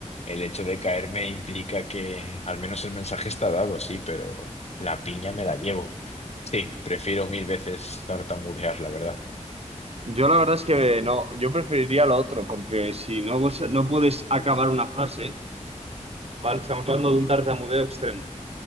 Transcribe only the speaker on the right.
Yo la verdad es que no, yo preferiría lo otro, porque si no, vos- no puedes acabar una frase, ¿vale? Estamos hablando de un tartamudeo extremo.